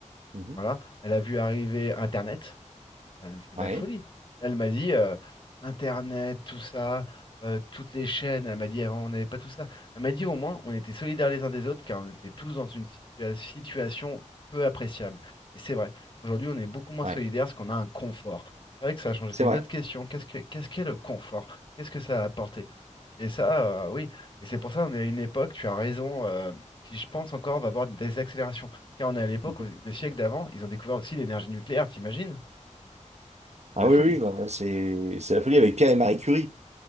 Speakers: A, on the right; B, on the left.
A: mhm.
B: Voilà. Elle a vu arriver Internet. Ah non, mais C'est de
A: Ouais,
B: la folie. Là, elle m'a dit euh, Internet, tout ça, euh, toutes les chaînes. Elle m'a dit avant, on n'avait pas tout ça. Elle m'a dit au moins, on était solidaires les uns des autres car on était tous dans une situa- situation peu appréciable. Et c'est vrai. Aujourd'hui, on est beaucoup moins
A: ouais,
B: solidaires parce qu'on a un confort. C'est vrai que ça a changé.
A: c'est
B: C'est
A: vrai.
B: une autre question. Qu'est-ce que, qu'est-ce qu'est le confort? Qu'est-ce que ça a apporté? Et ça, euh, oui. Et c'est pour ça, on est à une époque, tu as raison, euh, qui, je pense encore, va avoir des accélérations. Car on est à l'époque,
A: Mhm.
B: où- le siècle d'avant, ils ont découvert aussi l'énergie nucléaire, t'imagines?
A: Ah
B: C'est de la folie.
A: oui, oui, non, mais c'est c'est la folie avec Pierre et Marie Curie.